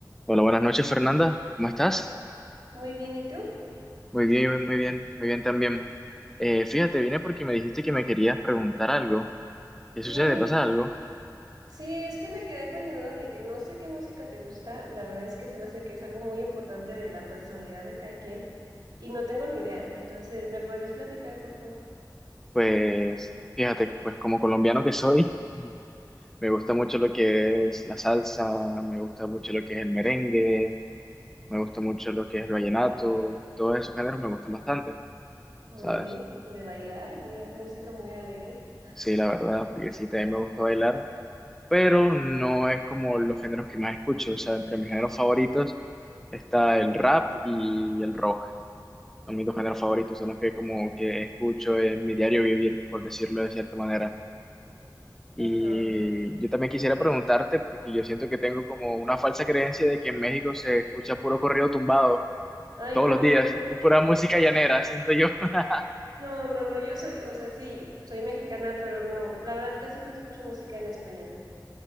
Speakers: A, in the centre; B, on the right.
A: Hola, buenas noches, Fernanda. ¿Cómo estás?
B: Muy bien, ¿y tú?
A: Muy bien, muy bien, muy bien también. Eh, fíjate, vine porque me dijiste que me querías preguntar algo. ¿Qué
B: Sí,
A: sucede? ¿Pasa algo?
B: sí, es que me quedé con la duda de que no sé qué música te gusta. La verdad es que se me hace que es algo muy importante de la personalidad de cada quien y no tengo ni idea. Entonces, ¿me podrías platicar, por favor?
A: Pues, fíjate, pues como colombiano que soy, <laughs> me gusta mucho lo que es la salsa, me gusta mucho lo que es el merengue, me gusta mucho lo que es el vallenato, todos esos géneros me gustan bastante,
B: Muy
A: ¿sabes?
B: bien. Y De bailar, muy, a- música muy alegre.
A: Sí, la verdad, porque sí, también me gusta bailar. pero no es como los géneros que más escucho. O sea, entre mis géneros favoritos está el rap y el rock. Son mis
B: Ujú.
A: dos géneros favoritos, son los que como que escucho en mi diario vivir, por decirlo de cierta manera. Y
B: Ajá. Y-
A: yo también quisiera preguntarte,
B: y-
A: porque yo siento que tengo como una falsa creencia de que en México se escucha puro corrido tumbado
B: Ay,
A: todos
B: no,
A: los
B: a
A: días
B: mí no me gusta.
A: y pura música llanera, siento yo. <laughs>
B: No, no, no, yo soy, o sea, sí, soy mexicana, pero no, la verdad casi no escucho música en español.